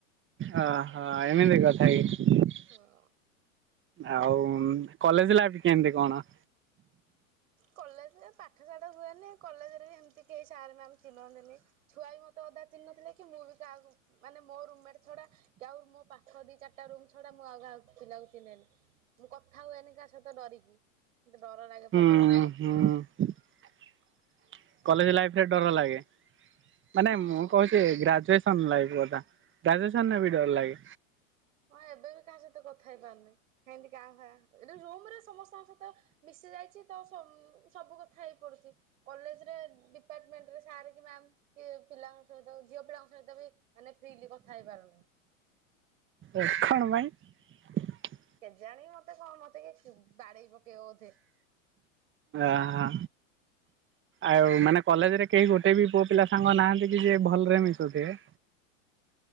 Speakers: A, on the right; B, on the right.
A: ଓହୋ ଏମିତି କଥା କି?
B: ହଁ
A: ଆଉ ଉଁ କଲେଜ ଲାଇଫ କେମିତି କଣ?
B: କଲେଜରେ ପାଠଶାଠ ହୁଏନି କଲେଜରେ ବି ଏମିତି କେହି ସାର ମ୍ୟାମ୍ ଚିହ୍ନନ୍ତିନି ଛୁଆ ବି ମୋତେ ଅଧା ଚିହ୍ନି ନଥିଲେ କି ମୁଁ ବି କହାକୁ ମାନେ ମୋର ରୁମ୍ ମେଣ୍ଟ ଛଡା କି ଆଉ ମୋ ପାଖ ଦି ଚାରଟା ରୁ ଛଡା ମୁଁ ଆଉ କାହାକୁ ପିଲାକୁ ଚିହ୍ନିଲି ମୁଁ କଥା ହୁଏନି କା ସହିତ ଡରିକି। ମୋତେ ଡର ଲାଗେ
A: ହୁଁ
B: ପ୍ରବଳ।
A: ହୁଁ କଲେଜ ଲାଇଫରେ ଡର ଲାଗେ ମାନେ ମୁଁ କହୁଛି ଗ୍ରାଜୁଏସନ ଲାଇ କଥା ଗ୍ରାଜୁନରେ ବି ଡର ଲାଗେ
B: ହଁ ଏବେ ବି କାହା ସହିତ କଥା ହେଇ ପାରୁନି କେମତି କାଁ ଖଆ ଏଠି ରୁମ ରେ ସମସ୍ତଙ୍କ ସହିତ ମିଶି ଯାଇଛି ତ ସମ୍ ସବୁ କଥା ହେଇ ପଡୁଛି କଲେଜ ତ ଡିପାର୍ଟମେଣ୍ଟ ରେ ସାର କି ମ୍ୟାମ ପିଲାଙ୍କ ସହିତ ଝିଅ ପିଲାଙ୍କ ସହିତ ବି ମାନେ ଫ୍ରିଲି କଥା ହେଇପାରୁନେ
A: ଏ ଖଣ ପାଇଁ
B: ଜାଣି ମତେ କଣ ମ ବାଡ଼େଇ ପକେଇବ ବୋଧେ
A: ଆହା ଆଉ ମାନେ କଲେଜରେ କେହି ଗୋଟେ ବି ପୁଅ ପିଲା ସାଙ୍ଗ ନାହାନ୍ତି କି ଯିଏ ଭଲରେ ମିଶୁଥିବେ?